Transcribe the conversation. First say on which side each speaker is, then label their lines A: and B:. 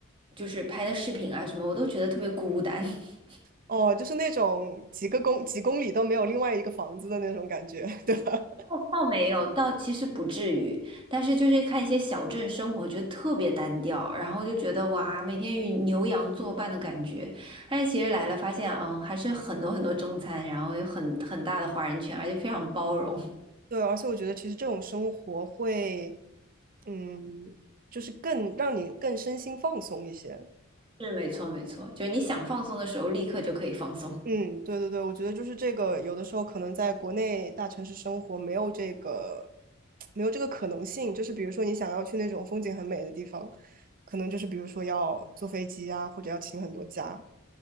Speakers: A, on the right; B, on the right.
A: 就是拍的视频啊什么，我都觉得特别孤单。<laughs>
B: 哦，就是那种几个公几公里都没有另外一个房子的那种感觉，<laughs> 对吧？
A: 倒倒没有，倒其实不至于，但是就是看一些小镇生活，觉得特别单调，然后就觉得哇，每天与牛羊作伴的感觉。但是其实来了，发现嗯，还是很多很多中餐，然后有很很大的华人圈，而且非常包容。
B: 对，而且我觉得其实这种生活会，嗯，就是更让你更身心放松一些。
A: <laughs> 是，没错，没错，就是你想放松的时候，立刻就可以放松。
B: 嗯，对对对，我觉得就是这个，有的时候可能在国内大城市生活没有这个，没有这个可能性。就是比如说你想要去那种风景很美的地方，可能就是比如说要坐飞机啊，或者要请很多假。